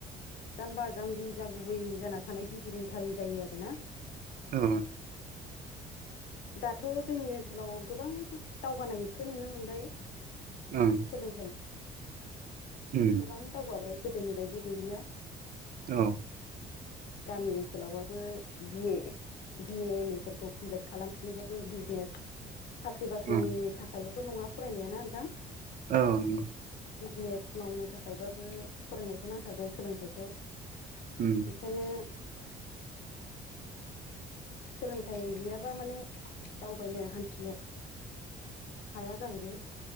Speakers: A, on the left; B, on the right.
A: जाम्बा जाम्बि जा गुबै जाना थानाय बुजि रोंथारि जायो आरोना
B: औ
A: दाथ' जोंनि ओनसोलाव गोबां दावगानायखौ नुनो मोनबाय
B: ओं
A: सोलोंथाइ
B: उम
A: गोबां दावगाबाय गोदोनि बायदि गैलिया
B: औ
A: गामि ओनसोलावबाबो बि बिए एम एफोरखौ कमप्लिट खालाम मानबाबो बिजनेस साख्रि बाख्रिनि
B: उम
A: थाखायल'थ' नङा फरायनाया नोंथां
B: औ नंगौ
A: बिजनेस मावनो थाखायबाबो फरायनायखौ नांथारगौ सोलोंथाइखौ
B: उम
A: बेखायनो सोलोंथाइ गैयाबा माने दावबायनो हान्थिनो हाया जाहैबाय